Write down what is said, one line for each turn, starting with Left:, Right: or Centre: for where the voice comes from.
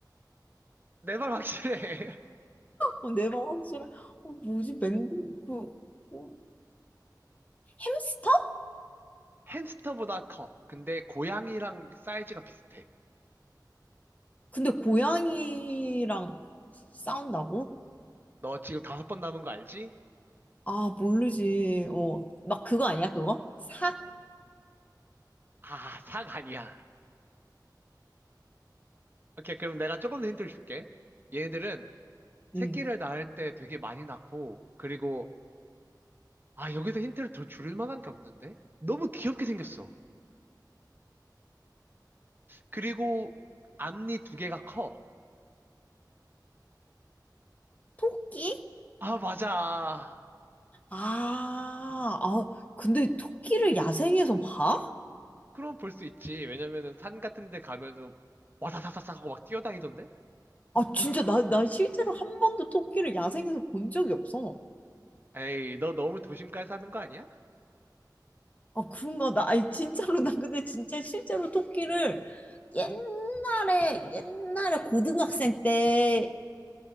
Right: 내 말 확실해. <laughs>
Left: 어, 내 발 확실해? 어, 뭐지, 맹구, 그, 어, 햄스터?
Right: 햄스터보다 커. 근데 고양이랑 사이즈가 비슷해.
Left: 근데 고양이랑 싸운다고?
Right: 너 지금 다섯 번 남은 거 알지?
Left: 아, 모르지. 어, 막 그거 아니야, 그거? 삭?
Right: 아, 삭 아니야. 오케이, 그럼 내가 조금 더 힌트를 줄게. 얘네들은 새끼를
Left: 음.
Right: 낳을 때 되게 많이 낳고, 그리고, 아, 여기서 힌트를 더 줄 만한 게 없는데? 너무 귀엽게 생겼어. 그리고 앞니 두 개가 커.
Left: 토끼?
Right: 아, 맞아.
Left: 아, 아, 근데 토끼를 야생에서 봐?
Right: 그럼 볼 수 있지. 왜냐면은 산 같은 데 가면은 와사사사사 하고 막 뛰어다니던데?
Left: 아, 진짜 나, 나 실제로 한 번도 토끼를 야생에서 본 적이 없어.
Right: 에이, 너 너무 도심가에 사는 거 아니야?
Left: 아, 그런가? 나, 아니, 진짜로, 나 근데 진짜 실제로 토끼를 옛날에, 옛날에 고등학생 때